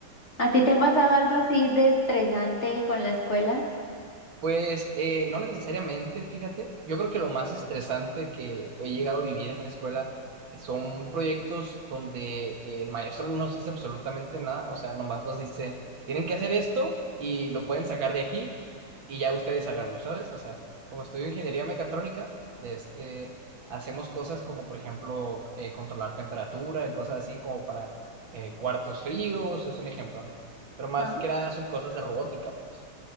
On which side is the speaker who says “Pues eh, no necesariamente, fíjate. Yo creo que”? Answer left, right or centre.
Right